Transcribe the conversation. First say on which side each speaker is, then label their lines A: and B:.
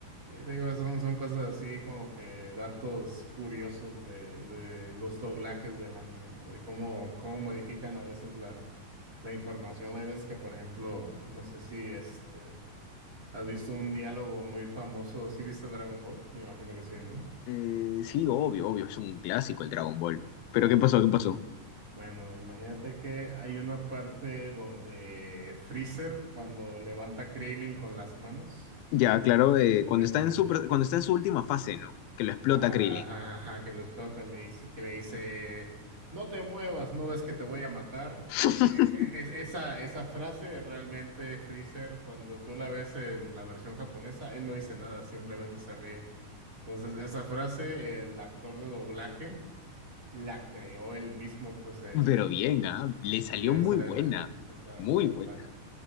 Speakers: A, on the right; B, on the left.
A: eh, te digo, son, son cosas así como que datos curiosos de, de los doblajes del anime, ¿no? De cómo, cómo modifican a veces la, la información. Hay veces que, por ejemplo, no sé si este, has visto un diálogo muy famoso, ¿sí viste Dragon Ball? Me imagino que sí, ¿no?
B: Eh, sí, obvio, obvio, es un clásico el Dragon Ball. Pero ¿qué pasó?
A: Ok.
B: ¿Qué pasó?
A: Bueno, imagínate que hay una parte donde Freezer, cuando levanta a Krillin con las manos,
B: Ya, claro, eh,
A: de-
B: cuando
A: de-
B: está
A: de-
B: en su, cuando está en su última fase, ¿no? Que lo explota
A: Ajá,
B: Krillin.
A: ajá, ajá, que lo explota, le dice, que le dice, no te muevas, no ves que te voy a matar.
B: <laughs>
A: Y eh, es, esa, esa frase realmente Freezer, cuando tú la ves en la versión japonesa, él no dice nada, simplemente se ríe. Entonces, esa frase, el actor de doblaje la creó él mismo, pues el,
B: Pero bien,
A: eh,
B: ¿ah? Le salió
A: Sí, o
B: muy
A: sea,
B: buena,
A: la- o sea,
B: muy
A: o sea,
B: buena.
A: la-